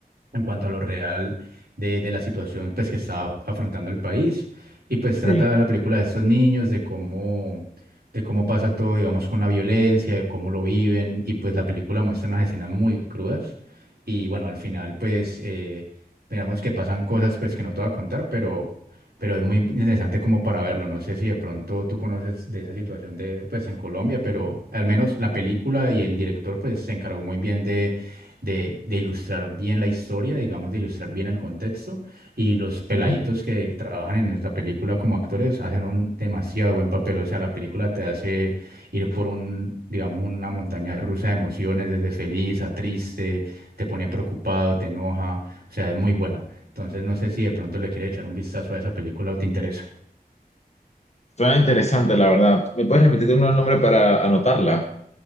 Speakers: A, on the right; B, on the left.
A: en cuanto a lo real de, de la situación pues, que está afrontando el país. Y pues trata
B: Sí.
A: la película de estos niños, de cómo, de cómo pasa todo, digamos, con la violencia, de cómo lo viven. Y pues la película muestra unas escenas muy crudas. Y bueno, al final pues eh, digamos que pasan cosas pues que no te voy a contar, pero, pero es muy interesante como para verlo. No sé si de pronto tú conoces de esa situación de pues en Colombia, pero al menos la película y el director pues se encargó muy bien de, de ilustrar bien la historia, digamos, de ilustrar bien el contexto. Y los peladitos
B: ¿Mm?
A: que trabajan en la película como actores hacen un demasiado buen papel. O sea, la película te hace ir por un, digamos, una montaña rusa de emociones, desde feliz a triste, te pone preocupado, te enoja. O sea, es muy buena. Entonces, no sé si de pronto le quieres echar un vistazo a esa película o te interesa.
B: Suena interesante, la verdad. ¿Me puedes repetir uno el nombre para anotarla?